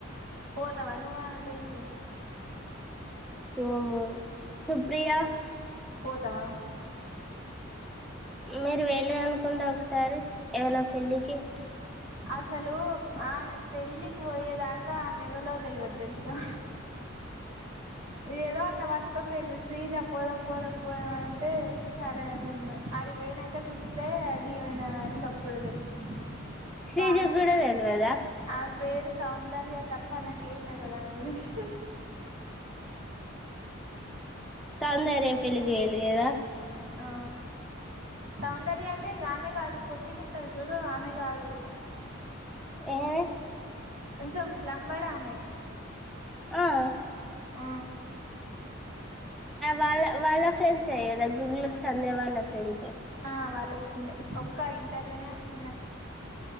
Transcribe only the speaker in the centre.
పోము సుప్రియా
మీరు వెళ్లిరనుకుంట ఒకసారి ఎవలో పెళ్ళికి
శ్రీజగ్గూడ
తెల్వదా
సౌందర్య పెళ్లికి పోయిండ్లు గద
ఏమె
ఆ ఆ
వాళ్ళ వాళ్ళ ఫ్రెండ్సే కదా గుగ్లోత్ సంధ్య వాళ్ళ ఫ్రెండ్సే